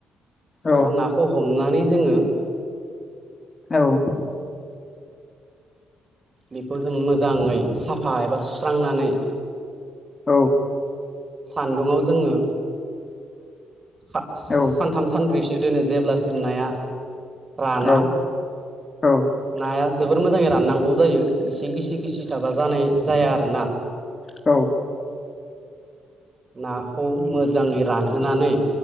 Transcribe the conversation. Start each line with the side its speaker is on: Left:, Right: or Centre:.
Left: औ
Right: एबा ना। खौ हमनानै जोङो
Left: औव
Right: बेखौ जों मोजांङै साफा एबा सुस्रांनानै
Left: औ
Right: सान्दुङाव जोंङो बा
Left: औव
Right: सानथाम सानब्रैसो दोनो जेब्लासिम नाया राना
Left: औव औव
Right: नाया जोबोर मोजंङै राननांगौ जायो इसे गिसि गिसि थाबा जानाय जाया आरो ना।
Left: औव
Right: नाखौ मोजांङै रानहोनानै